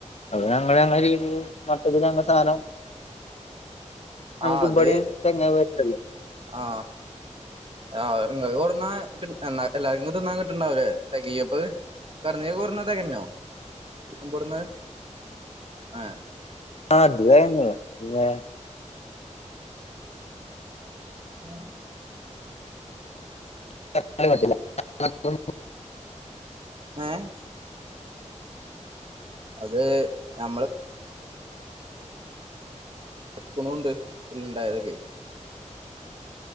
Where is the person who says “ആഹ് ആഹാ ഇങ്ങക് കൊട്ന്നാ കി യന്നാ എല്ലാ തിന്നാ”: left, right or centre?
Right